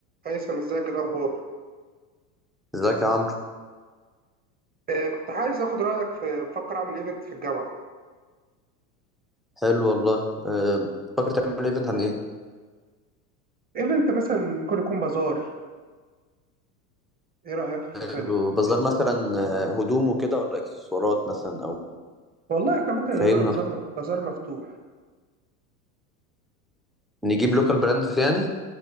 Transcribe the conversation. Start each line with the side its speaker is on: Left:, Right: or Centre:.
Right: هيثم ازيك إيه الاخبار
Centre: ازيك يا عمرو
Right: آه كنت عايز اخد رايك في بفكر اعمل ايفنت في الجامعه
Centre: حلو والله أه، فاكر تعمل ايفنت عن ايه
Right: ايفنت مثلا ممكن يكون بازار ايه رايك في الفكره
Centre: حلو
Right: دي
Centre: بس ده مثلا أه، هدوم وكده ولا اكسسوارات مثلا او
Right: والله احنا ممكن
Centre: فهمنا
Right: نعمله بازار م- بازار مفتوح
Centre: نجيب لوكال براندز يعني